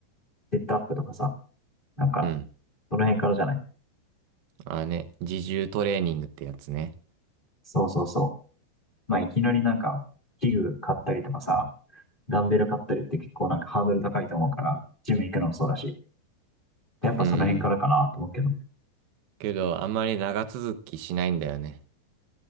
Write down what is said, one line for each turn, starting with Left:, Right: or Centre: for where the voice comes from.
Left: セットアップとかさ、なんか、
Right: うん。
Left: その辺からじゃない
Right: ああね、自重トレーニングってやつね。
Left: そうそうそう。まあ、いきなりなんか、器具買ったりとかさ、ダンベル買ったりって結構なんかハードル高いと思うから、ジム行くのもそうだし、やっぱその辺からかなと思うけど。
Right: うん。けど、あんまり長続きしないんだよね。